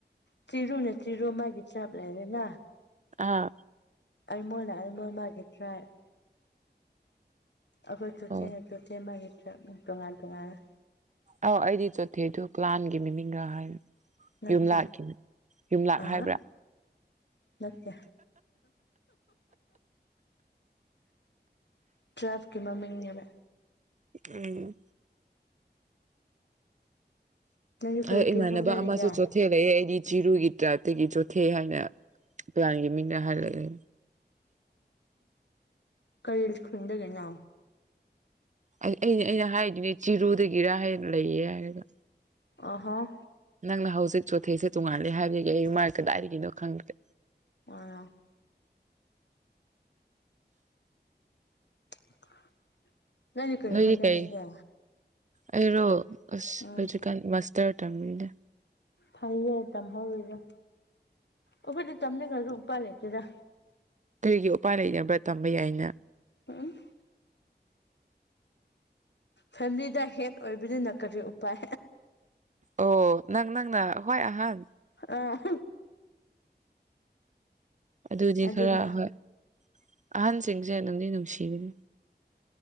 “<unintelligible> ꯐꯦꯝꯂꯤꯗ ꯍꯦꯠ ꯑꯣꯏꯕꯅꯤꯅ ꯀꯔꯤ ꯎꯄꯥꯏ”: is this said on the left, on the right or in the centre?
Left